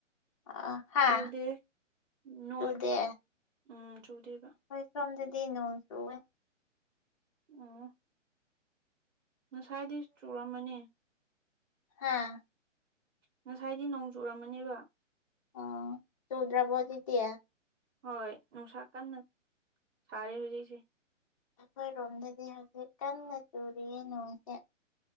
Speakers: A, on the left; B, on the right.
A: ꯑ ꯍꯥꯥ
B: ꯆꯨꯗꯦ ꯅꯣꯏ
A: ꯆꯨꯗꯦ꯫
B: ꯎꯝ ꯆꯨꯗꯦ
A: ꯑꯩꯈꯣꯏ ꯁꯣꯝꯗꯗꯤ ꯅꯣꯡ ꯆꯨꯋꯦ
B: ꯎꯝ ꯉꯁꯥꯏꯗꯤ ꯆꯨꯔꯝꯃꯅꯤ
A: ꯍꯥꯥ
B: ꯉꯁꯥꯏꯗꯤ ꯅꯣꯡ ꯆꯨꯔꯝꯃꯅꯦꯕ
A: ꯑ ꯆꯧꯗ꯭ꯔꯥꯕꯣꯖꯤ ꯑꯖꯤꯛꯇꯤ
B: ꯍꯣꯏ ꯅꯨꯡꯁꯥ ꯀꯟꯅ ꯁꯥꯔꯦ ꯍꯧꯖꯤꯛꯁꯦ
A: ꯑꯩꯈꯣꯏꯔꯣꯝꯗꯗꯤ ꯍꯧꯖꯤꯛ ꯀꯟꯅ ꯆꯨꯔꯤꯌꯦ ꯅꯣꯡꯁꯦ